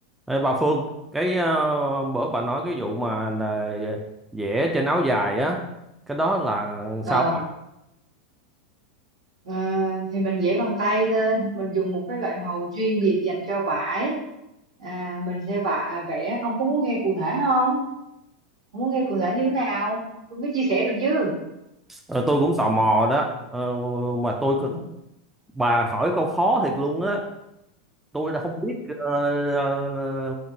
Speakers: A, in the centre; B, on the right (about 75°).
A: Ê, bà Phương, cái ờ, bữa bà nói cái vụ mà là vẽ trên áo dài á, cái đó là
B: Ờ,
A: sao bà?
B: ờ, thì mình vẽ bằng tay lên mình dùng một cái loại màu chuyên biệt dành cho vải à, mình sẽ vạ, vẽ ông có muốn nghe cụ thể không Ông muốn nghe cụ thể như thế nào tôi mới chia sẻ được chứ
A: Ờ, tôi cũng tò mò đó, Ờ, mà tôi
B: ừ.
A: bà hỏi câu khó thiệt luôn á, tôi đã không biết, ờ, ờ, ờ,